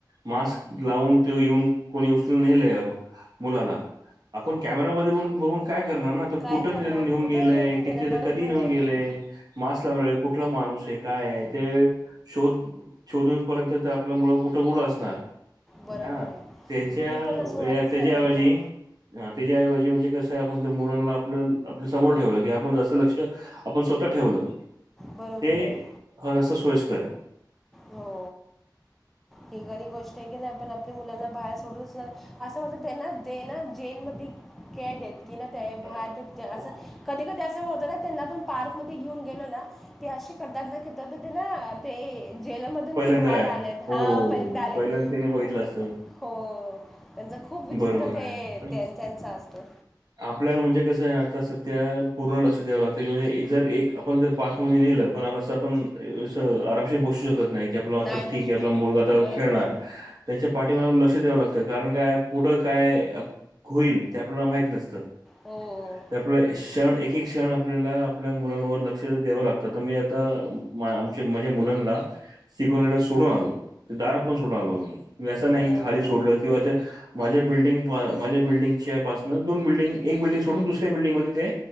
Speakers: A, on the right; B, in the centre.
A: मास्क लावून त्योव येऊन कोणी उचलुन नेलय मुलाला आपण कॅमेरामध्ये बघून काय करणार ना
B: काय
A: कुठं
B: करणार
A: लेऊन
B: कुठं
A: गेलय
B: गेम गेले
A: कि
B: बरोबर
A: कधी निहून
B: आहे
A: गेलेय मास्क लावलेला कुठला माणूसय काय आहे ते शोध शोधून पर्यंत ते आपलं मुल कुठं गुल असणार.
B: बरोबर
A: हाय ना
B: आहे
A: त्याच्या
B: मी पण सोडतच
A: त्याच्या
B: नाही त्यांना
A: ऐवजी ह त्याच्याऐवजी म्हणजे कसं आपण जर मुलांना आपलं आपल्या समोर ठेवलं की आपण जास्त लक्ष आपण स्वतः ठेवलं.
B: बरोबरय
A: ते हा जास्त सोयस्कर आहे
B: हो. ही खरी गोष्ट आहे की नाही आपण आपल्या मुलांना बाहेर सोडूचणाय असं वाटतं त्यांना ते ना जेलमधी कैदयत कि ना ते बाहेर
A: अं,
B: तिथ असं कधी कधी अस त्यांना पण पार्क मध्ये घेऊन गेलो ना ते असे करतात ना <unintelligible> ते जेलमधून
A: पहिल्यांदा
B: ते बाहेर आलेत.
A: हो
B: हा परिंद आलेत
A: पहिल्यांदा त्याने बघितलं
B: अं
A: असतं
B: हो. त्यांचं खूप विचित्र
A: बरोबर
B: ते
A: आहे पण
B: त्यांच त्यांच असतं.
A: आपल्याला म्हणजे कसं आहे ना आता सध्या पूर्ण लक्ष द्यावं लागतं की म्हणजे जर एक आपण जर पार्कमध्ये नेलं पण असं आपण अस आरामशीर बसू शकत नाही की आपलं
B: नाही
A: अस ठीकय
B: बसू
A: आपला
B: शकत
A: मुलगा आता
B: बरोबर
A: खेळणार
B: आहे
A: त्यांच्या पाठीमाला लक्ष द्यावं लागत कारण काय पुटं काय होईल ते आपल्याला नसत. त.
B: हो.
A: ते आपला क्षण एक एक क्षण आपल्याला आपल्या मुलांवर लक्ष द्यावं लागत तर मी आता मा आमच्या माझ्या मुलांना शिकवनीला सोडून आलो दारापर्यंत सोडून आलो मी. म असं नाही
B: हो
A: की खाली
B: हो
A: सोडल
B: हो
A: किंवा ते माझ्या बिल्डिंग पा माझ्या बिल्डिंगच्या पासन दोन बिल्डंग, एक बिल्डिंग सोडून दुसऱ्या बिल्डंग मध्ये ते